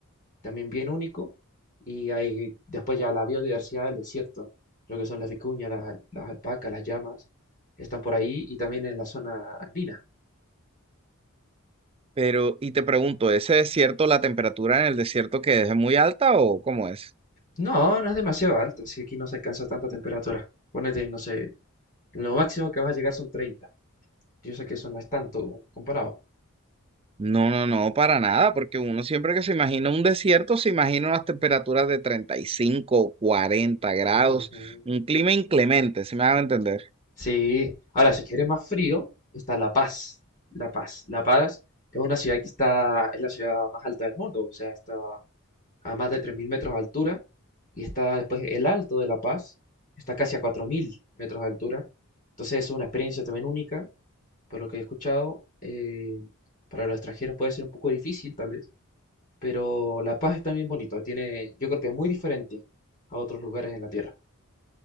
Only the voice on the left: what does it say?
también bien único. Y hay después ya la biodiversidad del desierto, lo que son las vicuñas, las, las alpacas, las llamas, están por ahí y también en la zona andina.
No, no es demasiado alto, si aquí no se alcanza tanta temperatura. Ponete, no sé, lo máximo que vas a llegar son treinta Yo sé que eso no es tanto comparado.
Ujú.
Sí, ahora si quieres más frío, está La Paz. La Paz. La Paz es una ciudad que está, es la ciudad más alta del mundo, o sea, está a más de 3.000 metros de altura, y está después el Alto de La Paz, está casi a 4.000 metros de altura. Entonces es una experiencia también única, por lo que he escuchado. eh, para los extranjeros puede ser un poco difícil, tal vez, pero La Paz es también bonito, tiene, yo creo que es muy diferente a otros lugares en la Tierra.